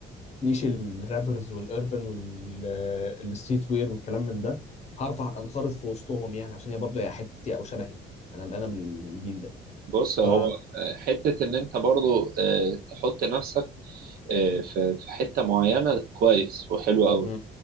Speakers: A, on the left; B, on the right.
A: نيش الرابرز والاربن والستريت وير والكلام من ده هعرف انخرط في وسطهم يعني عشان هي برضو هي حتتي او شبهي انا انا من من الجيل ده
B: بص هو
A: ف
B: آه، حته ان انت برضو آه، تحط نفسك آه، في في حته معينه كويس وحلو قوي
A: مم.